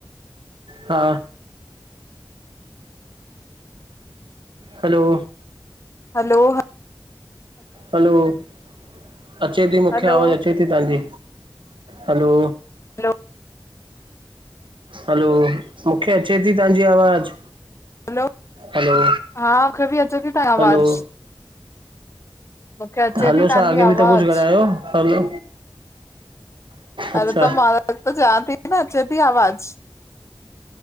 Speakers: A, on the right; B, on the left.
A: हा। हलो
B: हलो, हा?
A: हलो, अचे ती मुखे
B: हलो
A: आवाज़ अच अचेती तांजी। हलो
B: हलो
A: हलो, मुखे अचे ती तांजी आवाज़।
B: हलो!
A: हलो
B: हा मुखे बि अचे ती तां आवाज़।
A: हलो
B: मूंखे अचे
A: हलो
B: थी तव्हांजी
A: सा आॻे बि
B: आवाज़
A: त कुझु ॻाल्हायो, हलो अच्छा
B: अरे त मां त चवां थी न अचे थी आवाज़